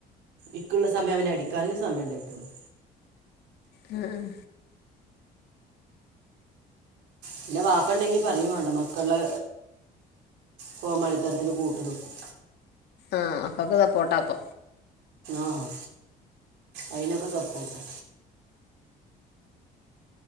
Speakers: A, on the right; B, on the left.
A: ഇക്ക്ള്ള സമയം അവനെ അടിക്കാനന്നെ സമയണ്ടായിട്ടുള്ളു
B: ഉം ഉം
A: പിന്നെ വാപ്പ ണ്ടെങ്കി പറയും വേണ്ട മക്കളെ കോമാളിത്തരത്തിന് കൂട്ടു നിക്കും
B: ആഹ് അപ്പാക്ക് സപ്പോർട്ടാ അപ്പ
A: ആഹ് അയിനൊക്കെ സപ്പോർട്ട്